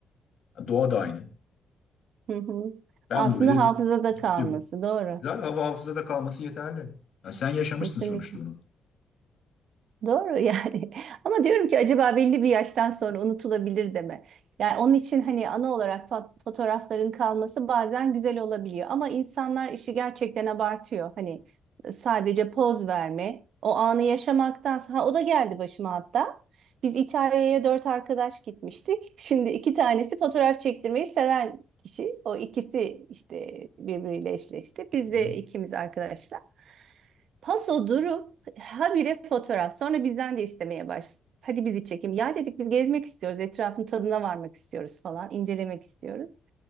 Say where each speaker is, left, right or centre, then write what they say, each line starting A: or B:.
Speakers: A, on the left (about 55°); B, on the right (about 70°).
A: Ya Doğa da aynı.
B: Hı hı.
A: Ben
B: Aslında
A: buraya git,
B: hafızada
A: gittim.
B: kalması. Doğru.
A: Güzel hava hafızada kalması yeterli. Ya sen yaşamışsın
B: Kesinlikle.
A: sonuçta onu.
B: Doğru yani. <laughs> Ama diyorum ki acaba belli bir yaştan sonra unutulabilir de mi? Yani onun için hani ana olarak fo- fotoğrafların kalması bazen güzel olabiliyor. Ama insanlar işi gerçekten abartıyor. Hani sadece poz verme, o anı yaşamaktansa. Ha, o da geldi başıma hatta. Biz İtalya'ya dört arkadaş gitmiştik. <laughs> Şimdi iki tanesi fotoğraf çektirmeyi seven kişi. O ikisi işte birbiriyle eşleşti. Biz
A: Hı
B: de
A: hı.
B: ikimiz arkadaşlar. Paso durup Habire fotoğraf. Sonra bizden de istemeye baş. Hadi bizi çekim. Ya dedik biz gezmek istiyoruz. Etrafın tadına varmak istiyoruz falan. incelemek istiyoruz.